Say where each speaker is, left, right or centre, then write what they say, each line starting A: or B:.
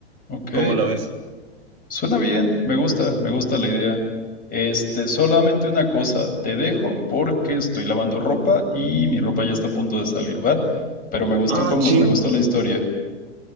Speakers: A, on the left; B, on the right.
A: Ok.
B: ¿Cómo la ves?
A: Suena bien. Me gusta. Me gusta la idea. Este, solamente una cosa. Te dejo porque estoy lavando ropa y mi ropa ya está a punto de salir, ¿va? Pero me gustó
B: Ah,
A: como,
B: chin.
A: me gustó la historia.